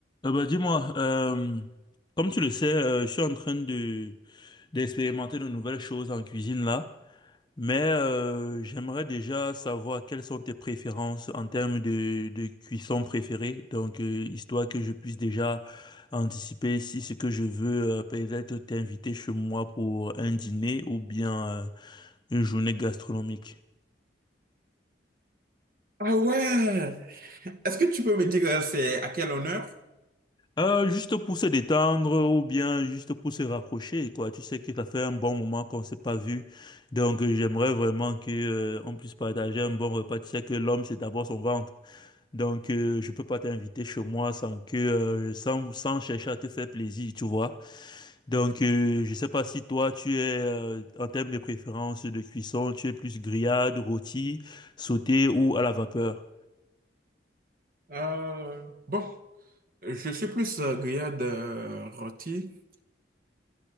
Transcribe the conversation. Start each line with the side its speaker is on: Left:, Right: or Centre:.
Left: Euh, bah, dis-moi, euh, comme tu le sais, euh, je suis en train de d'expérimenter de nouvelles choses en cuisine là, mais euh, j'aimerais déjà savoir quelles sont tes préférences en termes de, de cuisson préférée, donc euh, histoire que je puisse déjà anticiper si ce que je veux euh, peut-être t'inviter chez moi pour un dîner ou bien euh, une journée gastronomique.
Right: Ah ouais! Est-ce que tu peux me dire euh, c'est à quel honneur?
Left: Euh, juste pour se détendre ou bien juste pour se rapprocher, quoi. Tu sais que ça fait un bon moment qu'on s'est pas vu. Donc, euh, j'aimerais vraiment que, euh, on puisse partager un bon repas. Tu sais que l'homme, c'est d'abord son ventre. Donc, euh, je peux pas t'inviter chez moi sans que, euh, sans, sans chercher à te faire plaisir, tu vois. Donc, euh, je sais pas si toi, tu es, euh, en termes de préférence de cuisson, tu es plus grillade, rôti, sauté ou à la vapeur.
Right: Euh, bon, je suis plus euh, grillade euh, rôti.